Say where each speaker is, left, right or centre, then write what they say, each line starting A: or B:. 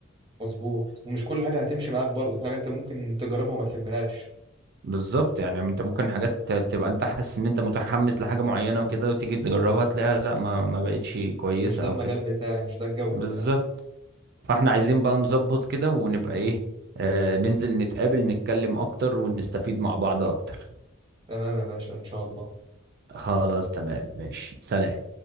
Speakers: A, on the right (about 20°); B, on the right (about 50°).
A: مظبوط ومش كل حاجة هتمشي معاك برضه في حاجة انت ممكن تجربها وما تحبهاش
B: بالظبط يعني أنت ممكن حاجات ت- تبقى أنت حاسس إن أنت متحمس لحاجة معينة وكده وتيجي تجربها تلاقيها لا ما ما بقتش كويسة
A: مش ده المجال
B: أو كده
A: بتاعي مش ده الجو
B: بالظبط
A: بتاعي
B: فاحنا عايزين بقى نظبط كده ونبقى ايه آه ننزل نتقابل نتكلم اكتر ونستفيد مع بعض اكتر
A: تمام يا باشا ان شاء الله
B: خلاص تمام ماشي سلام